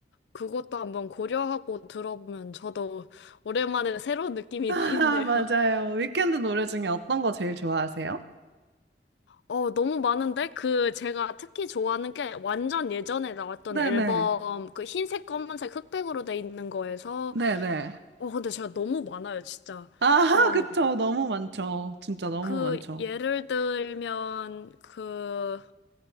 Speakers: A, on the left (about 80°); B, on the right (about 75°).
A: 그것도 한번 고려하고 들어보면 저도 오랜만에 새로운 느낌이
B: <laughs> 아,
A: 나겠네요.
B: 맞아요.
A: <laughs>
B: 위켄드 노래 중에 어떤 거 제일 좋아하세요?
A: 어, 너무 많은데? 그 제가 특히 좋아하는 게 완전 예전에 나왔던
B: 네네.
A: 앨범 그 흰색, 검은색, 흑백으로 돼 있는 거에서
B: 네네.
A: 어, 근데 제가 너무 많아요, 진짜.
B: 아하,
A: 좋아하는
B: 그쵸.
A: 게.
B: 너무 많죠. 진짜 너무
A: 그
B: 많죠.
A: 예를 들면 그